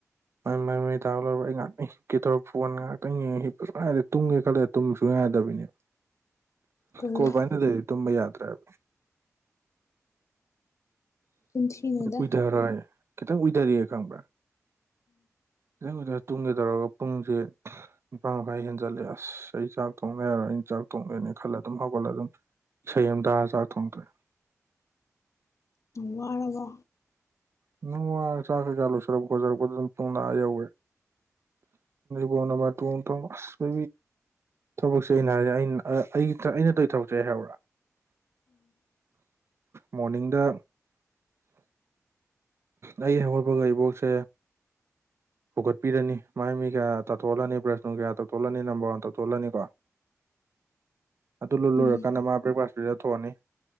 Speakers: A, on the right; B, on the left.
A: ꯃ ꯃꯥꯏ ꯃꯩ ꯇꯥꯕ ꯂ ꯑꯩ ꯉꯍꯥꯛꯧꯔ ꯐꯣꯟ ꯉꯥꯛꯇꯪꯔꯗꯤ ꯇꯨꯝꯒꯦ ꯈꯜꯂꯦꯨꯝꯁꯨ ꯍꯗꯕꯅꯤ
B: ꯀꯔꯤꯗ
A: ꯀꯣꯕꯥꯅꯗꯤꯦ ꯇꯨꯝꯕ ꯌꯥꯗ꯭ꯔꯦ ꯍꯥꯏꯕꯅꯦ
B: ꯆꯤꯟꯊꯤꯅꯨꯗ
A: ꯎꯏꯗꯔꯥꯏ ꯀꯈꯤꯇꯪ ꯎꯏꯙꯔ ꯀꯪꯥ ꯏꯊꯪ ꯈꯨꯊ ꯇꯨꯡꯒꯦ ꯇꯧꯔꯒ ꯄꯨꯡꯁꯦ ꯅꯤꯄꯥꯜ ꯃꯈꯥꯏ ꯍꯦꯟꯖꯜꯂꯦ ꯑꯁ ꯑꯩ ꯆꯥꯛ ꯊꯣꯡꯅꯩꯔꯣꯏ ꯆꯥꯛ ꯊꯣꯡꯡꯂꯦꯅꯤ ꯈꯜꯂ ꯑꯗꯨꯝ ꯍꯧꯒꯠꯂ ꯑꯗꯨꯝ ꯏꯁꯩ ꯑꯃꯝꯗꯥ ꯆꯥꯛ ꯊꯣꯡꯗ꯭ꯔꯦ
B: ꯋꯥꯔꯕꯣ
A: ꯅ ꯆꯥꯀ ꯆꯂꯨ ꯁꯔꯒꯖꯔ ꯇꯨꯅ ꯌꯥꯎ ꯕꯅ ꯇ ꯇꯁ ꯊꯕꯛꯁꯦ ꯑꯩꯅ ꯍꯥꯏꯁꯦ ꯑꯩꯅ ꯑꯩꯅ ꯇꯧ ꯊꯕꯛꯁꯦ ꯍꯥꯏꯕ꯭ꯔꯥ ꯃꯣꯔꯅꯤꯡꯗ ꯑꯩ ꯍꯧꯒꯣꯏꯕ ꯂꯕꯣꯛꯁꯦ ꯍꯧꯒꯠꯄꯤꯔꯅꯤ ꯃꯥꯏ ꯃꯤ ꯀꯌꯥ ꯇꯥꯊꯣꯛꯍꯜꯂꯅꯤ ꯕ꯭ꯔꯁꯅꯅꯨꯡ ꯀꯌꯥ ꯇꯧꯊꯣꯛꯜꯂꯅꯤ ꯅꯝꯕꯔ ꯋꯥꯟ ꯇꯥꯊꯣꯛꯍꯜꯂꯅꯤꯀꯣ <unintelligible> ꯑꯗꯨ ꯂꯣꯏꯔꯀꯥꯟꯗ
B: ꯎꯝ
A: ꯃꯥ ꯕ꯭ꯔꯦꯛꯐꯥꯁꯇꯗ ꯊꯣꯛꯑꯅꯤ